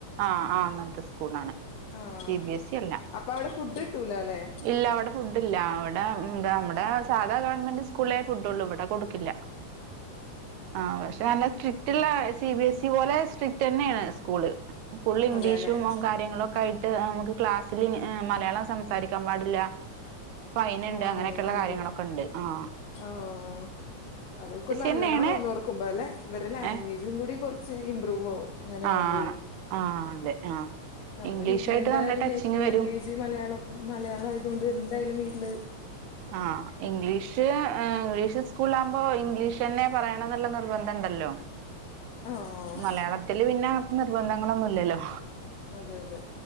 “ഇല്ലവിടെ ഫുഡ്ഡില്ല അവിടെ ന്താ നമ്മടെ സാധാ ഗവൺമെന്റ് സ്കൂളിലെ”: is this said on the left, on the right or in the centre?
Right